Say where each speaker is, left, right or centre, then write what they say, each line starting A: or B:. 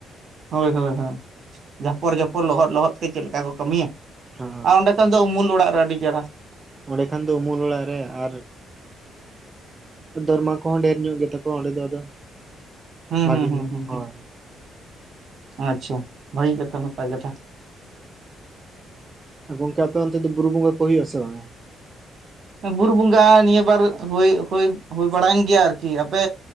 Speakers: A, on the right; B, on the right.
A: ᱦᱳᱭ ᱦᱳᱭ ᱡᱷᱟᱯᱚᱲ ᱡᱷᱚᱯᱚᱲ ᱞᱚᱦᱚᱫ ᱞᱚᱦᱚᱫ ᱛᱮ ᱪᱮᱫ ᱞᱮᱠᱟ ᱠᱚ ᱠᱟᱹᱢᱤᱭᱟ
B: ᱦᱚᱸ
A: ᱟᱨ ᱚᱸᱰᱮ ᱱᱮᱛᱟᱱ ᱫᱚ ᱩᱢᱩᱞ ᱚᱲᱟᱜ ᱨᱮ ᱟᱹᱰᱤ ᱪᱮᱦᱨᱟ᱾
B: ᱚᱸᱰᱮ ᱠᱷᱟᱱ ᱫᱚ ᱩᱢᱩᱞ ᱚᱲᱟᱜ ᱨᱮ ᱟᱨ ᱫᱚᱨᱢᱟ ᱠᱚᱦᱚᱸ ᱰᱷᱮᱨ ᱧᱚᱜ ᱜᱮᱛᱟ ᱠᱚᱣᱟ ᱚᱸᱰᱮ ᱫᱚ ᱟᱫᱚ᱾
A: ᱦᱩᱸ
B: ᱵᱷᱟᱜᱤ
A: ᱦᱩᱸ ᱦᱩᱸ
B: ᱧᱚᱜ
A: ᱦᱩ
B: ᱦᱳᱭ
A: ᱟᱪᱪᱷᱟ ᱵᱷᱟᱜᱤ ᱠᱟᱛᱷᱟ ᱱᱟᱯᱟᱭ ᱠᱟᱛᱷᱟ᱾
B: ᱟᱨ ᱜᱚᱝᱠᱮ ᱟᱯᱮ ᱚᱱᱛᱮ ᱫᱚ ᱵᱩᱨᱩ ᱵᱚᱸᱜᱟ ᱠᱚ ᱦᱩᱭᱩᱜ ᱟ ᱥᱮ ᱵᱟᱝᱟ?
A: ᱵᱩᱨᱩ ᱵᱚᱸᱜᱟ ᱱᱤᱭᱟᱹ ᱵᱟᱨ ᱦᱳᱭ ᱦᱳᱭ ᱦᱳᱭ ᱵᱟᱲᱟᱭᱮᱱ ᱜᱮᱭᱟ ᱟᱨ ᱠᱤ ᱟᱯᱮ